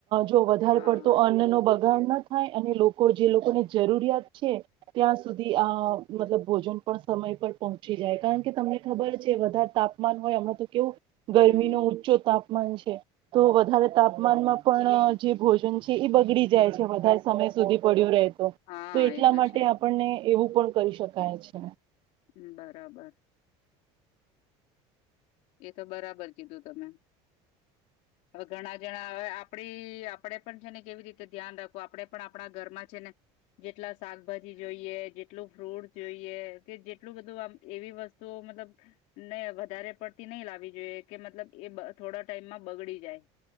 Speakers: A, on the right; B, on the left.
A: જો વધારે
B: હા
A: પડતો અન્નનો બ ગાડ ન થાય અને લોકો જે લોકોને જરૂરિયાત છે, ત્યાં સુધી આ મતલબ ભોજન પણ સમય પર પહોંચી જાય, કારણ કે તમને ખબર છે વધારે તાપમાન હોય હમણાં તો કેવું
B: હમ
A: ગર મીનો ઉચ્ચો તાપ મન છે, તો વધારે તાપમાનમાં પણ જે ભોજન છે એ બગડી જાય છે વધારે સમય સુધી પડ્યું રેહ તો,
B: હા
A: તે એટલા
B: એ તો
A: માટે
B: છે હમ્મ,
A: આપણને એવું પણ કરી શકાય છે.
B: હમ્મ બરાબર. એ તો બરાબર કીધું તમે. હવે ઘણા જણા હવે આપડી આપણેે પણ છે ને કેવી રીતે ધ્યાન રાખું આપણે પણ આપણા ઘરમાં છે ને જેટલા શાકભાજી જોઈએ, જેટલું ફ્રૂટ જોઈએ, કે જેટલું બધું આમ એવી વસ્તુઓ મતલબ ને વધારે પડ તે નહી લાવી જોઈએ કે મતલબ એ બ થોડા ટાઈમમાં બગડી જાય.